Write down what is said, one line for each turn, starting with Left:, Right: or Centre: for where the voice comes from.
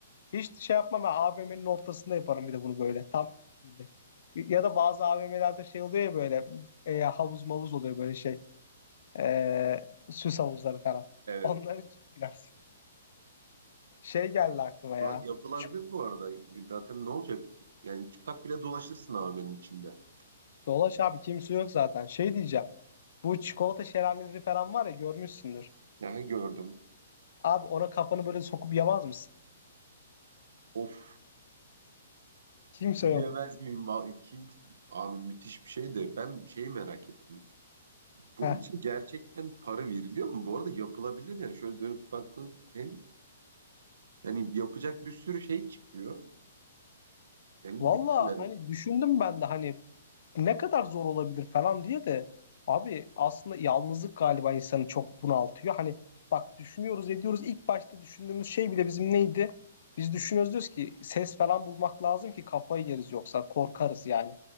Left: Hiç şey yapmam ben AVM'nin ortasında yaparım bir de bunu böyle tam böyle. Ya da bazı AVM'lerde şey oluyor ya böyle e, havuz mavuz oluyor böyle şey e, süs havuzları falan.
Right: Evet.
Left: Onların içine girersin. Şey geldi aklıma ya.
Right: Lan yapılabilir
Left: Ç-
Right: bu arada. Zaten ne olacak? Yani çıplak bile dolaşırsın Ahmet'in içinde.
Left: Dolaş abi kimse yok zaten. Şey diyeceğim. Bu çikolata şelaleleri falan var ya görmüşsündür.
Right: Aha gördüm.
Left: Abi ona kafanı böyle sokup yamaz mısın?
Right: Of.
Left: Kimse
Right: Yemez
Left: yok.
Right: miyim? Va- Kim? Abi müthiş bir şey de ben şeyi merak ettim. Bunun
Left: Heh.
Right: için gerçekten para veriliyor mu? Bu arada yapılabilir yani. Şöyle dönüp baktın hem yani yapacak bir sürü şey çıkıyor. Yani
Left: Valla
Right: bilmiyorum yani.
Left: hani düşündüm ben de hani ne kadar zor olabilir falan diye de abi aslında yalnızlık galiba insanı çok bunaltıyor. Hani bak düşünüyoruz ediyoruz ilk başta düşündüğümüz şey bile bizim neydi? Biz düşünüyoruz diyoruz ki ses falan bulmak lazım ki kafayı yeriz yoksa korkarız yani.